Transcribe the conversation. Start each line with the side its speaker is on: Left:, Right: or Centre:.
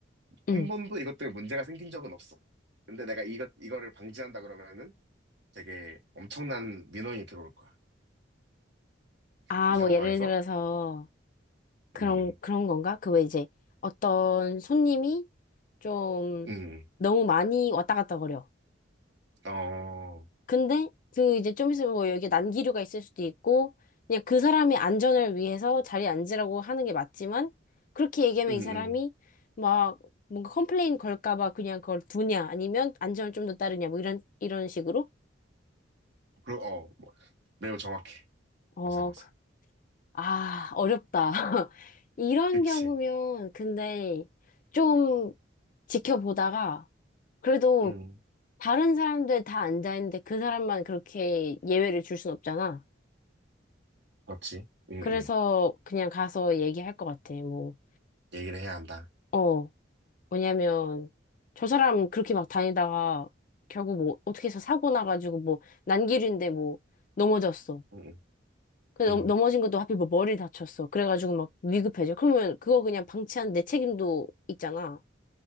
Left: 응.
Right: 한 번도 이것 때문에 문제가 생긴 적은 없어. 근데 내가 이것, 이거를 방지한다 그러면은 되게 엄청난 민원이 들어올 거야.
Left: 아,
Right: 이 상황에서,
Left: 뭐 예를 들어서 그런,
Right: 음,
Left: 그런 건가? 그 왜 이제 어떤 손님이 좀
Right: 음,
Left: 너무 많이 왔다 갔다 거려.
Right: 어,
Left: 근데 그 이제 좀 있으면 뭐 여기 난기류가 있을 수도 있고 그냥 그 사람의 안전을 위해서 자리에 앉으라고 하는 게 맞지만 그렇게 얘기하면
Right: 음,
Left: 이 사람이
Right: 음,
Left: 막 뭔가 컴플레인 걸까 봐 그냥 그걸 두냐 아니면 안전을 좀 더 따르냐 뭐 이런 이런 식으로
Right: 그러, 어, 뭐, 매우 정확해.
Left: 어,
Right: 맞아, 맞아.
Left: 그- 아, 어렵다. <laughs> 이런
Right: 그치.
Left: 경우면 근데 좀 지켜보다가 그래도
Right: 음,
Left: 다른 사람들 다 앉아 있는데 그 사람만 그렇게 예외를 줄 순 없잖아.
Right: 그렇지. 음, 음.
Left: 그래서 그냥 가서 얘기할 것 같아. 뭐,
Right: 얘기를 해야 한다.
Left: 어, 왜냐면 저 사람 그렇게 막 다니다가 결국 뭐 어떻게 해서 사고 나가지고 뭐 난길인데 뭐 넘어졌어.
Right: 음,
Left: 그 넘-
Right: 음,
Left: 넘어진 것도 하필 뭐 머리 다쳤어. 그래가지고 막 위급해져. 그러면 그거 그냥 방치한 내 책임도 있잖아.